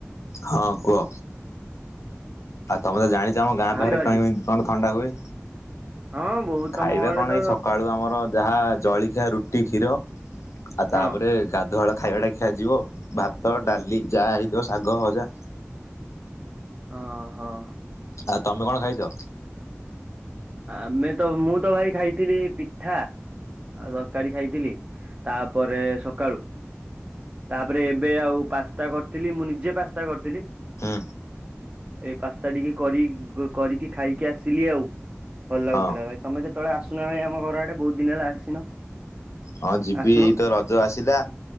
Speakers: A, on the left; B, on the right.
A: ହଁ କୁହ। ତମେ ତ ଜାଣିଛ ଆମ ଗାଁ
B: ଆସିଲ
A: ପାଖରେ
B: ଆଜି
A: କେମିତି କଣ ଥଣ୍ଡା ହୁଏ।
B: ହଁ ବହୁତ ତମ
A: ଖାଇବା
B: ଆଡେ
A: କଣ,
B: ତ
A: ଏଇ ସକାଳୁ ଆମର ଯାହା ଜଳି ଖିଆ ରୁଟି କ୍ଷୀର, ଆଉ
B: ହଁ
A: ତାପରେ ଗାଧୁଆ ବେଳ ଖାଇବାଟା ଖିଆଯିବ ଭାତ, ଡାଲି ଯାହା ହେଇଥିବ ଶାଗଭଜା
B: ଅ ହଁ।
A: ଆଉ ତମେ କଣ ଖାଇଚ?
B: ଆମେ ତ ମୁଁ ତ ଭାଇ ଖାଇଥିଲି ପିଠା ଆଉ ତରକାରୀ ଖାଇଥିଲି। ତାପରେ ସକାଳୁ ତାପରେ ଏବେ ଆଉ ପାସ୍ତା କରିଥିଲି, ମୁଁ ନିଜେ ପାସ୍ତା କରିଥିଲି‌।
A: ହୁଁ
B: ଏ ପାସ୍ତା ଟିକେ କରିକି କରିକି ଖାଇକି ଆସିଲି ଆଉ। ଭଲ ଲାଗୁଥିଲା।
A: ହଁ
B: ଭାଇ ତମେ କେତେବେଳେ ଆସୁନ ଭାଇ ଆମ ଘର ଆଡେ ବୋହୁତ୍ ଦିନ ହେଲା ଆସିନ।
A: ହଁ ଯିବି
B: ଆସୁନ
A: ଏଇ ତ ରଜ ଆସିଲା